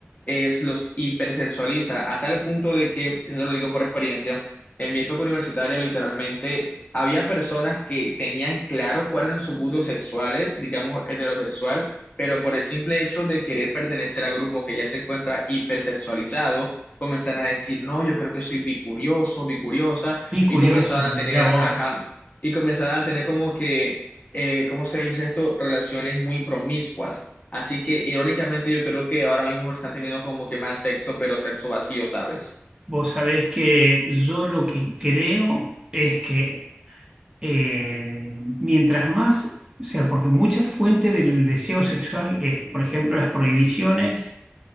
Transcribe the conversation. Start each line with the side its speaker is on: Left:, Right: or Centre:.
Left: es, los hipersexualiza a tal punto de que, eso te lo digo por experiencia, en mi época universitaria literalmente había personas que tenían claro cuáles eran sus gustos sexuales, digamos heterosexual, pero por el simple hecho de querer pertenecer al grupo que ya se encuentra hipersexualizado, comenzaban a decir, no, yo creo que soy bicurioso, bicuriosa,
Right: Y curioso,
Left: y comenzaban a
Right: mirá
Left: tener,
Right: vos.
Left: ajá, y comenzaban a tener como que, eh, ¿cómo se dice esto? Relaciones muy promiscuas Así que irónicamente yo creo que ahora mismo están teniendo como que más sexo, pero sexo vacío, ¿sabes?
Right: Vos sabés que yo lo que creo es que eh, mientras más, o sea, porque mucha fuente del deseo sexual es, por ejemplo, las prohibiciones,